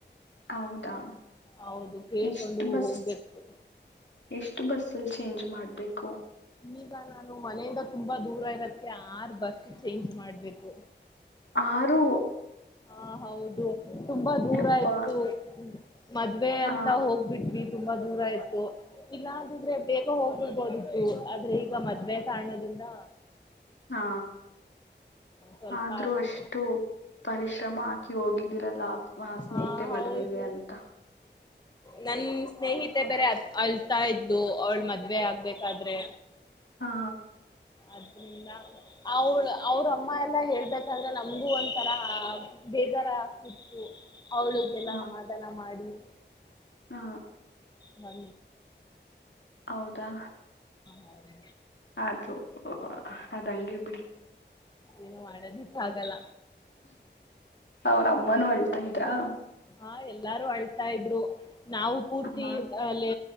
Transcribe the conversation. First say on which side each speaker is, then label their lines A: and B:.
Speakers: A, on the left; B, on the left.
A: ಹೌದಾ
B: ಹೌದು ಕೇಳ್ಕೊಂಡು
A: ಎಷ್ಟ ಬಸ್
B: ಹೋಗ್ಬೇಕು
A: ಎಷ್ಟು ಬಸ್ಸಲ್ಲಿ ಚೇಂಜ್ ಮಾಡ್ಬೇಕು
B: ಈಗ ನಾನು ಮನೆಯಿಂದ ತುಂಬಾ ದೂರ ಇರೋದಕ್ಕೆ ಆರ್ ಬಸ್ ಚೇಂಜ್ ಮಾಡ್ಬೇಕು
A: ಆರು
B: ಹಾ ಹೌದು ತುಂಬಾ ದೂರ
A: ಯಪ್ಪಾ
B: ಇ್ತು ಮದ್ವೆ
A: ಹಾ
B: ಅಂತ ಹೋಗ್ಬಿಟ್ವಿ ತುಂಬಾ ದೂರ ಇತತ್ತು ಇಲ್ಲಾ ಅಂದಿದ್ರೆ ಬೇಗ ಹೋಗ್ಬಿಡ್ಬೋದಿತ್ತು ಆದ್ರೆ ಈಗ ಮದ್ುವೆ ಕಾರಣದಿಂದ
A: ಹಾ
B: ಸ್ವಲ್ಪ
A: ಆದ್ರೂ
B: ಅದು
A: ಅಷ್ಟು ಪರಿಶ್ರಮ ಹಾಕಿ ಹೋಗಿದ್ದಿರಲ್ಲ ಸ್ನೇಹಿತೆ
B: ಹಾ
A: ಮದುವೆಗೆ
B: ಹೌದು.
A: ಅಂತ
B: ನನ್ ಸ್ನೇಹಿತೆ ಬೇರೆ ಅ ಅಲ್ತಾ ಇದ್ಲು ಅವಳ ಮದ್ವೆ ಆಗ್ಬೇಕಾದ್ರೆ
A: ಹಾ
B: ಆದ್ರಿಂದ ಅವ ಅವ್ರ ಅಮ್ಮ ಎಲ್ಲಾ ಹೇಳ್ಬೇಕಂದ್ರೆ ನಮ್ಗೂ ಒಂಥರಾ ಬೇಜಾರ ಆಗ್ತಿತ್ತು ಅವಳಗೆಲ್ಲ
A: ಹಾ
B: ಸಮಾಧಾನ ಮಾಡಿ
A: ಹಾ
B: ಒ
A: ಹೌದಾ
B: ಹೌದು
A: ಅದು ಅದ ಹಂಗೆ ಬಿಡಿ
B: ಏನು ಮಾಡೋದಿಟ್ಟ ಆಗಲ್ಲ
A: ಅವ್ರ ಅಮ್ಮನೂ ಹಳ್ತಾ ಇದ್ರಾ
B: ಹಾ ಎಲ್ಲಾರು ಅಳ್ತಾ ಇದ್ರು ನಾವು ಪೂರ್ತಿ
A: ಹಾ
B: ಅಲ್ಲಿ